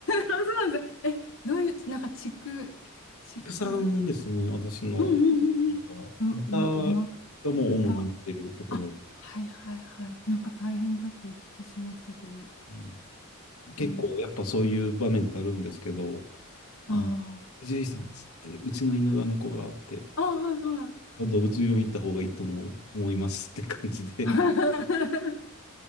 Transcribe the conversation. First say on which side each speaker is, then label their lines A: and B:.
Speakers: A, on the left; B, on the left.
A: そうなんです。え、どういう、なんか、地区、地区、
B: ピクさんですね、私の
A: うんうんうんうん。
B: は、歌がもう主に見てるところ、
A: う、う、馬、豚。あ、はいはいはい。なんか大変だってお聞きしましたけど。
B: うん結構やっぱそういう場面ってあるんですけど、
A: ね。あ
B: あ、ジェさんっつって、うちの犬が猫があって、
A: あ。ああ、はいはい。
B: 動物病院行った方がいいと思う、思いますって感じで、
A: <laughs>